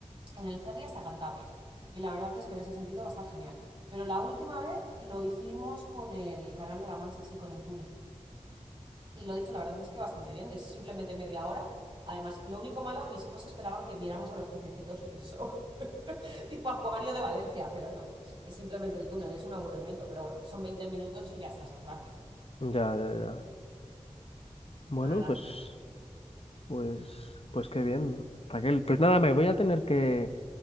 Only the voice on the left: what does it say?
Ya, ya, ya. Bueno,
pues,
pues, pues qué bien, Raquel. Pues nada, me voy a tener que,